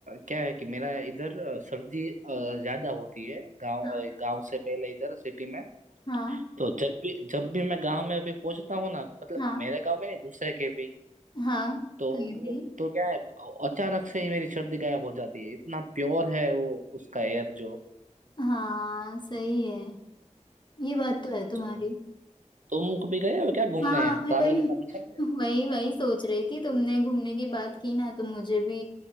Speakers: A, on the right; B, on the left.
A: क्या है कि मेरा इधर अ, सर्दी अ, ज्यादा होती है गांव
B: हाँ
A: अ, गांव से पहले इधर सिटी में
B: हाँ
A: तो जब भी जब भी मैं गांव में अभी पहुंचता हूँ ना मतलब
B: हाँ
A: मेरे गांव में नहीं दूसरे के भी
B: हाँ
A: तो
B: कहीं भी
A: तो क्या है अचानक से ही मेरी सर्दी गायब हो जाती है इतना प्योर है वो उसका एयर जो
B: हाँ सही है ये बात तो है तुम्हारी
A: तो तुम कभी गए हो क्या घूमने
B: हाँ मैं
A: ट्रैवल
B: वही
A: करना पसंद है
B: वही वही सोच रही थी तुमने घूमने की बात की ना तो मुझे भी